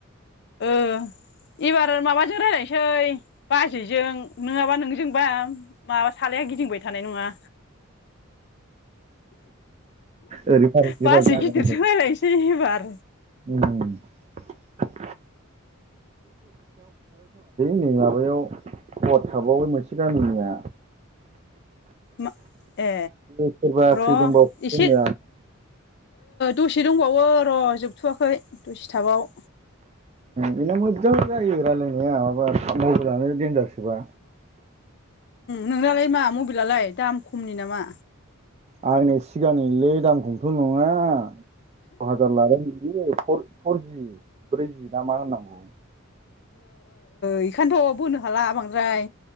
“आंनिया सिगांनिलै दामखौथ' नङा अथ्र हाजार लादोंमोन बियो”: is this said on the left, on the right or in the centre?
Right